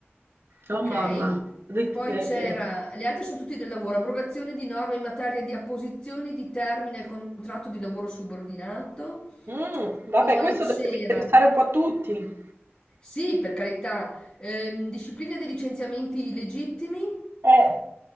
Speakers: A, on the right; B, on the left.
A: Oh,
B: ok?
A: mamma. Di-
B: Poi
A: eh,
B: c'era,
A: che-
B: le altre sono tutti del lavoro, abrogazione di norme in materia di apposizione di termine al contratto di lavoro subordinato.
A: Mm, vabbè,
B: Poi
A: questo
B: c'era,
A: deve interessare un po' a tutti.
B: sì, per carità, ehm, disciplina dei licenziamenti illegittimi.
A: Eh.